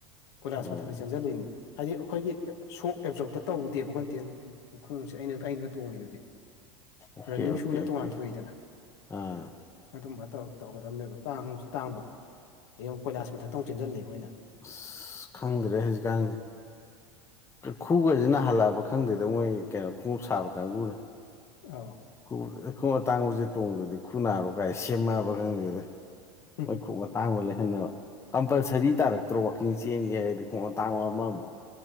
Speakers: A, on the left (about 70°); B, on the left (about 20°).
A: ꯀꯣꯏꯂꯥꯁ
B: ꯑꯣ
A: ꯃꯊꯛꯇ
B: ꯑꯣ
A: ꯆꯦꯟꯁꯜꯂꯤꯅꯤ ꯍꯥꯏꯗꯤ ꯑꯈꯣꯏꯒꯤ ꯁꯣꯞ ꯑꯦꯞꯖꯣꯞꯇ ꯇꯧꯗꯦꯕ ꯗꯦꯜ ꯈꯣꯡꯁꯦ ꯑꯩꯅ ꯑꯩꯅ ꯇꯣꯡꯉꯤꯗꯨꯗꯤ
B: ꯑꯣꯀꯦ
A: ꯔꯟꯅꯤꯡ
B: ꯑꯣꯀꯦ
A: ꯁꯨꯑꯅ
B: ꯑꯣꯀꯦ
A: ꯇꯣꯉꯥꯟ ꯊꯣꯛꯏꯗꯅ
B: ꯑꯥ
A: ꯑꯗꯨꯝꯕ ꯇꯧ ꯇꯧꯒꯗꯕꯅꯦꯕ ꯇꯥꯡꯁꯨ ꯇꯥꯡꯕ ꯗꯩ ꯑꯃꯨꯛ ꯀꯣꯏꯂꯥꯁ ꯃꯊꯛꯇ ꯆꯦꯟꯖꯟꯂꯦ ꯑꯩꯈꯣꯏꯅ
B: ꯑꯁ ꯈꯪꯗ꯭ꯔꯦ ꯍꯧꯖꯤꯛꯀꯥꯟꯖꯦ ꯈꯨꯎꯒꯖꯦ ꯅꯥꯍꯜꯂꯛꯑꯕ ꯈꯪꯗꯦꯗ ꯃꯣꯏ ꯀꯩꯅꯣ ꯈꯣꯡꯎꯞ ꯁꯥꯕ ꯀꯥꯡꯒꯨꯅ
A: ꯑꯧ
B: ꯈꯨꯎ ꯈꯣꯡ ꯑꯇꯥꯡꯕꯖꯦ ꯇꯣꯡꯗꯗꯤ ꯈꯨ ꯅꯥꯔꯣ ꯀꯥꯏ ꯁꯦꯝꯃꯛꯑꯕ ꯈꯪꯗꯦꯗ
A: ꯎꯝ
B: ꯑꯣꯏ ꯈꯨꯎꯞ ꯑꯇꯥꯡꯕ ꯂꯩꯍꯟꯅꯕ ꯀꯝꯄꯜꯁꯔꯤ ꯇꯥꯔꯛꯇ꯭ꯔꯣ ꯋꯥꯛꯀꯤꯡ ꯆꯦꯟꯒꯦ ꯍꯥꯏꯗꯤ ꯈꯣꯡꯎꯞ ꯑꯇꯥꯡꯕ ꯑꯃꯃꯨꯛ